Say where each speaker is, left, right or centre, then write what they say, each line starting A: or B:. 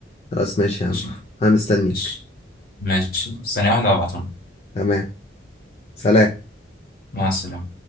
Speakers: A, on the left; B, on the left.
A: خلاص ماشي
B: ماشي
A: يا عم انا مستنيك
B: ماشي ماشي ثانيه واحده وابعتهم لك
A: تمام سلام
B: مع السلامه